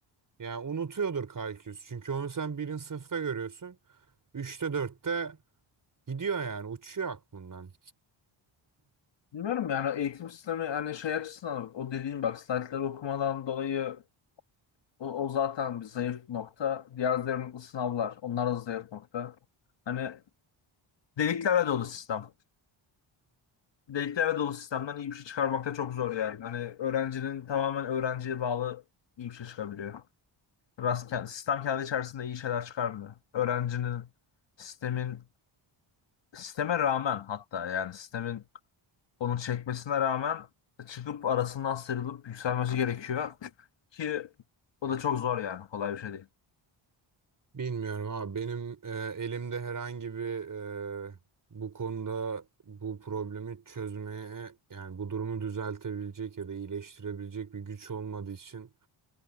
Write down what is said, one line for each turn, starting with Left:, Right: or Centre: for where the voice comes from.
Right: yani unutuyordur kalkülüs. Çünkü onu sen 1. sınıfta görüyorsun. üçte dörtte gidiyor yani uçuyor aklından.
Left: bilmiyorum yani eğitim sistemi hani şey açısından o dediğim bak slaytları okumadan dolayı o, o zaten bir zayıf nokta. Diğer zayıf sınavlar onlar da zayıf nokta. Hani deliklerle dolu sistem. Deliklerle dolu sistemden iyi bir şey çıkarmak da çok zor yani. Hani öğrencinin tamamen öğrenciye bağlı iyi bir şey çıkabiliyor. Rast, ke- sistem kendi içerisinde iyi şeyler çıkarmıyor. Öğrencinin sistemin sisteme rağmen hatta yani sistemin onu çekmesine rağmen çıkıp arasından sıyrılıp yükselmesi gerekiyor ki o da çok zor yani kolay bir şey değil.
Right: Bilmiyorum abi benim e, elimde herhangi bir e, bu konuda bu problemi çözmeye yani bu durumu düzeltebilecek ya da iyileştirebilecek bir güç olmadığı için